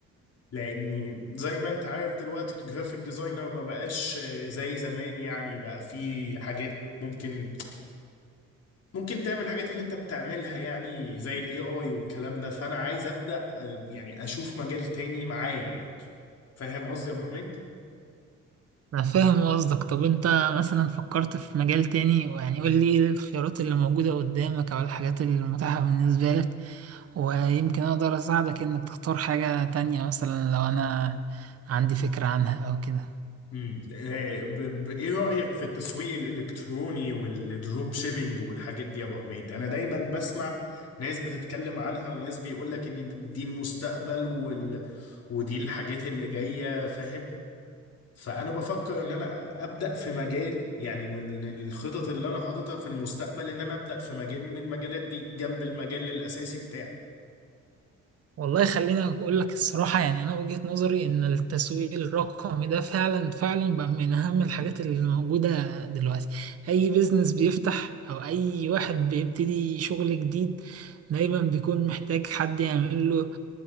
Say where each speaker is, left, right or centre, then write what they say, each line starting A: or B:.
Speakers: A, on the left; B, on the right.
A: لاني زي ما انت عارف دلوقتي الجرافيك ديزاينر ما بقاش زي زمان يعني بقى في حاجات ممكن ممكن تعمل الحاجات اللي انت بتعملها يعني زي الاي اي والكلام ده فانا عايز ابدا يعني اشوف مجال تاني معاه يعني فاهم قصدي يا ابو حميد
B: انا فاهم قصدك طب انت مثلا فكرت في مجال تاني يعني قول لي ايه الخيارات اللي موجودة قدامك او الحاجات المتاحة بالنسبة لك ويمكن أقدر أساعدك إنك تختار حاجة تانية مثلا لو أنا عندي فكرة عنها أو كده
A: مم. آه، ب- ب- ايه رأيك في التسويق الالكتروني والدروب شيبينج والحاجات دي يا ابو حميد انا دايما بسمع ناس بتتكلم عنها وناس بيقول لك ان دي المستقبل وال... ودي الحاجات اللي جاية فاهم فانا بفكر ان انا ابدأ في مجال يعني من الخطط اللي انا حاططها في المستقبل ان انا ابدأ في مجال من المجالات دي جنب المجال الاساسي بتاعي
B: والله خليني أقول لك الصراحة يعني أنا وجهة نظري إن التسويق الرقمي ده فعلا فعلا بقى من أهم الحاجات اللي موجودة دلوقتي أي بيزنس بيفتح أو أي واحد بيبتدي شغل جديد دايما بيكون محتاج حد يعمل له